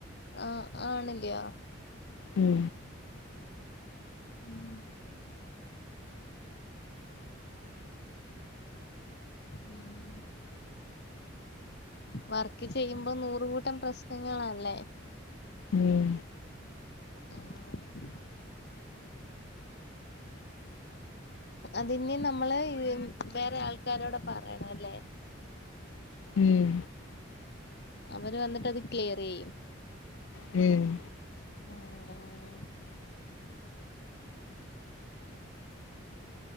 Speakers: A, on the left; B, on the left.
A: ആഹ് ആണല്ലയോ
B: ഉം
A: ഉം ഉം വർക്ക് ചെയ്യുമ്പോ നൂറുകൂട്ടം പ്രശ്നങ്ങളല്ലേ
B: ഉം
A: ആഹ് അതിന് നമ്മള് വേറെ ആൾക്കാരോട് പറയണ അല്ലേ
B: ഉം
A: അവര് വന്നിട്ട് അത് ക്ലിയറായ്യും
B: ഉം
A: ഉം ഉം